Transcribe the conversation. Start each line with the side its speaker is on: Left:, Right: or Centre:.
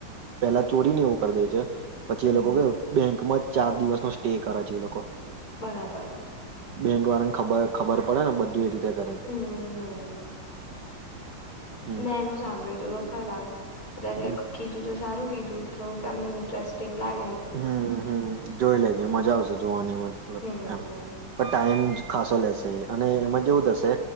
Right: પેલા ચોરીને એવું કર દે છે. પછી
Left: હમ,
Right: એ લોકો કેવું બેંકમાં જ ચાર દિવસ નો સ્ટે કરે છે એ લોકો
Left: બરાબર
Right: બેંક વાળાને ખબર ખબર પડે ને બધું એ રી તે કરે છે.
Left: હમ, હમ.
Right: હમ
Left: મેં એનું સાંભળ્યું તું તો ખરા
Right: હમ
Left: કીધું તો સારું કીધું થોડુંક આમ ઇન્ટરેસ્ટિંગ લાગ
Right: હમ્મ હમ્મ જોઈ લેજે મજા આવશે જોવાની મતલબ
Left: હમ,
Right: એમ પણ ટાઈમ ખાસો લેશે અને એમાં કેવું થશે